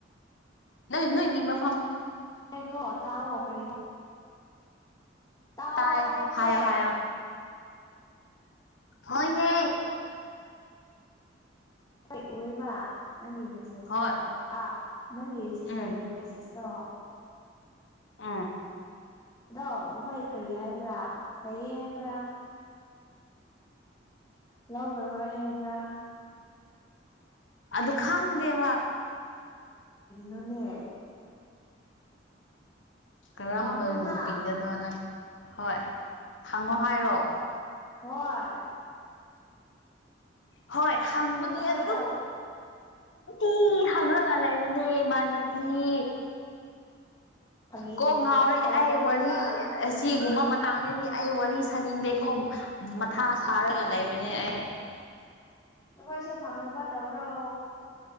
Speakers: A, on the left; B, on the left.
A: ꯅꯪ ꯏ ꯅꯣ ꯏ ꯏꯃ
B: ꯑꯩꯣ ꯇꯑꯣꯈ ꯇꯥꯎꯑꯣ
A: ꯇꯥꯏ
B: ꯍꯥꯏꯕꯅꯦ
A: ꯍꯥꯏꯌꯣ ꯍꯥꯏꯌꯣ ꯍꯣꯏꯅꯦ
B: ꯍꯣꯏ ꯎꯑꯦꯕ ꯅꯪꯒꯤ ꯃꯦꯁꯦꯁꯇꯣ
A: ꯍꯣꯏ
B: ꯑꯥ ꯅꯪꯒꯤ ꯁꯤꯁꯇꯔꯒꯤ
A: ꯎꯝ
B: ꯃꯦꯁꯦꯁ ꯇ
A: ꯑꯥ
B: ꯑꯗꯣ ꯃꯈꯣꯏ ꯀꯔꯤ ꯍꯥꯏꯕ꯭ꯔꯥ ꯂꯩꯌꯦ ꯍꯥꯏꯕ꯭ꯔꯥ ꯂꯧꯔꯔꯣꯏ ꯍꯥꯏꯕ꯭ꯔꯥ
A: ꯑꯗꯨꯗ ꯈꯪꯗꯦꯍ
B: ꯅꯅꯦ
A: ꯀꯔꯝꯕ
B: ꯍꯪꯉꯨꯅ
A: ꯅꯨꯄꯤꯅꯅꯣ ꯅꯪ ꯍꯣꯏ ꯍꯪꯉꯣ ꯍꯥꯏꯔꯣ
B: ꯍꯣꯏꯣꯏ
A: ꯍꯣꯏ ꯍꯕꯨꯗꯤ
B: ꯑꯩꯈꯣꯏ
A: ꯑꯦ
B: ꯇꯧ
A: ꯏ ꯍꯪ꯭ꯔ ꯉꯂ ꯂꯩꯕꯅꯦꯃꯅꯕꯤ
B: ꯐꯥꯒꯤ
A: ꯀꯣ ꯉꯥꯎꯔꯦ
B: ꯐꯥꯒꯤ
A: ꯑꯩ
B: ꯇꯧꯒꯅꯨꯀꯣ
A: ꯋꯥꯔꯤ ꯑꯁꯤꯒꯨꯝꯕ ꯃꯇꯥꯡꯗꯗꯤ ꯑꯩ ꯋꯥꯔꯤ ꯁꯥꯅꯤꯡꯗꯦꯀꯣ ꯃꯊꯥ ꯁꯥꯔꯒ ꯂꯩꯕꯅꯦ ꯑꯩ
B: ꯅꯈꯣꯏꯁꯨ ꯐꯪꯅꯕ ꯇꯧꯔꯣ